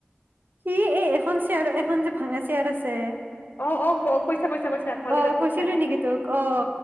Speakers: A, on the right; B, on the left.
A: সি এ এখন চেয়াৰৰ এখন যে ভাঙা চেয়াৰ আছে
B: অ অ কৈছে কৈছে কলেজত
A: অ কৈছিলো
B: কৈছিলা যে
A: নেকি তোক অ